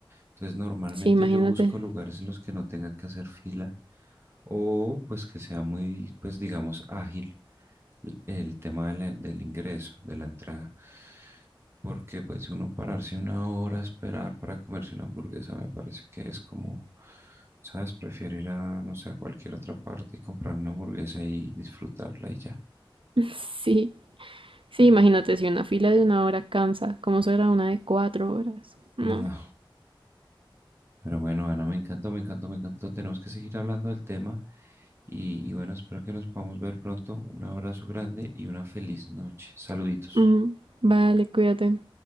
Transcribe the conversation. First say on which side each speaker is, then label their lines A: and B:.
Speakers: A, on the right (about 30°); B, on the right (about 75°).
A: Entonces, normalmente
B: Sí, imagínate.
A: yo busco lugares en los que no tenga que hacer fila o pues que sea muy, pues digamos, ágil l- el tema de la- del ingreso, de la entrada. Porque pues uno pararse una hora a esperar para comerse una hamburguesa me parece que es como, ¿sabes? Prefiero ir a, no sé, a cualquier otra parte y comprar una hamburguesa y disfrutarla y ya.
B: <laughs> Sí, sí, imagínate, si una fila de una hora cansa, ¿cómo será una de cuatro horas? No.
A: No, pero bueno, Ana, me encantó, me encantó, me encantó. Tenemos que seguir hablando del tema y, y bueno, espero que nos podamos ver pronto. Un abrazo grande y una feliz noche. Saluditos.
B: Ujú. Vale, cuídate.